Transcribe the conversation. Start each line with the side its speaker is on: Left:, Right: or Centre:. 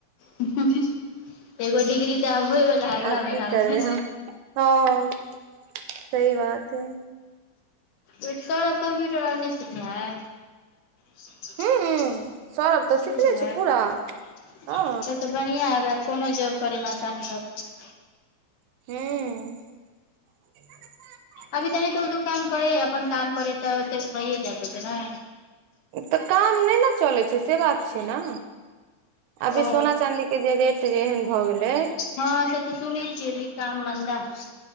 Left: हु हु एगो डिग्री तऽ आब होए बला है अगला
Right: आब
Left: महिना
Right: की करबै
Left: में
Right: हम हँ सही बात छय
Left: यै करब कम्प्यूटर आर नहि सिखनो है। क
Right: हूँ सौरभ तऽ सिखने छै पूरा हँ
Left: <inaudible> बढ़ियां है ओकरा कोनो जॉब करे मे आसानी रहत
Right: हुं।
Left: अभी तनि तऽ ओ दुकान करै है अपन काम करै तऽ ओते सं भैये जारत होते ने।
Right: तऽ काम नहि ने चलैत छै से बात छै ने। अभी
Left: ओ
Right: सोना चाँदी के जे रेट जे एहन भऽ गेलै
Left: हँ से तऽ सुनै छियै अभी काम मन्दा है।